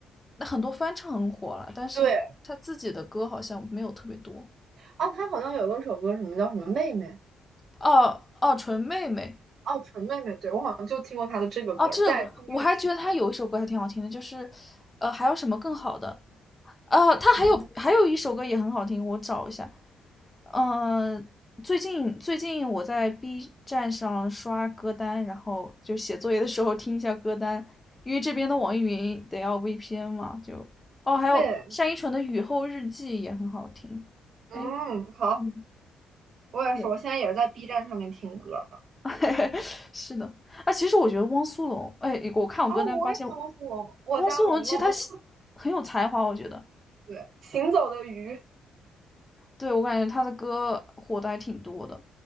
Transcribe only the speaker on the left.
那很多翻唱很火了，但是她自己的歌好像没有特别多。
哦哦，纯妹妹
哦，这首歌我还觉得她有一首歌还挺好听的，
就是呃还有什么更好的？呃，她还有还有一首歌也很好听，
我找一下。嗯，最近最近我在 B 站上刷歌单，然后就写作业的时候听一下歌单，因为这边的网易云得要 VPN 嘛，就哦，还有单依纯的《雨后日记》也很好听。
哎，
嗯，
对，
<laughs> 是的。啊，其实我觉得汪苏泷，哎，我看我歌单发现
汪苏泷其实他写很有才华，我觉得，
对，我感觉他的歌火的还挺多的。